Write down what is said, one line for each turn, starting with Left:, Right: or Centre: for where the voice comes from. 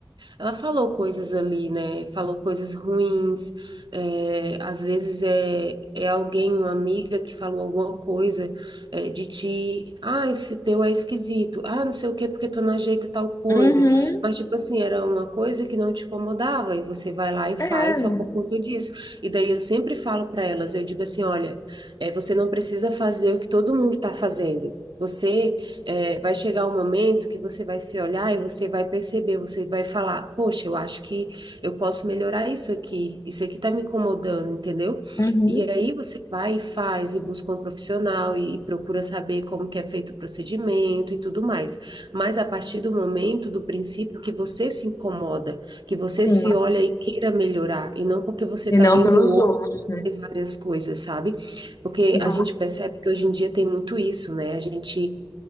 Right: ela falou coisas ali, né? Falou coisas ruins. É, às vezes é, é alguém, uma amiga que falou alguma coisa é, de ti. Ah, esse teu é esquisito. Ah, não sei o quê, porque tu não ajeita tal coisa.
Left: Uhum,
Right: Mas, tipo assim, era uma coisa que não te incomodava e você vai lá e faz
Left: é,
Right: só por conta disso. E daí eu sempre falo para elas, eu digo assim, olha, é, você não precisa fazer o que todo mundo está fazendo. Você é, vai chegar um momento que você vai se olhar e você vai perceber, você vai falar, poxa, eu acho que eu posso melhorar isso aqui, isso aqui tá me incomodando, entendeu?
Left: uhum,
Right: E aí você vai e faz, e busca um profissional, e, e procura saber como que é feito o procedimento e tudo mais. Mas a partir do momento, do princípio que você se incomoda, que você
Left: sim.
Right: se olha e queira melhorar, e não porque você
Left: E
Right: tá
Left: não
Right: vendo
Left: pelos
Right: o outro
Left: outros, né?
Right: fazer várias coisas, sabe? Porque
Left: Sim.
Right: a gente percebe que hoje em dia tem muito isso, né? A gente